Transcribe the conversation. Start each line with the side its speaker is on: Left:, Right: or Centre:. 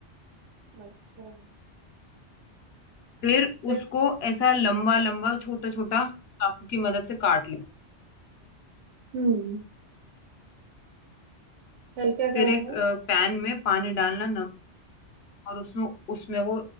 Right: अच्छा
Left: फिर
Right: फिर
Left: उसको ऐसा लंबा लंबा छोटा छोटा चाकू की मदद से काट लो
Right: हम्म फिर क्या करेंगे
Left: फिर एक पैन में पानी डालना नमक और उसमें उसमें वो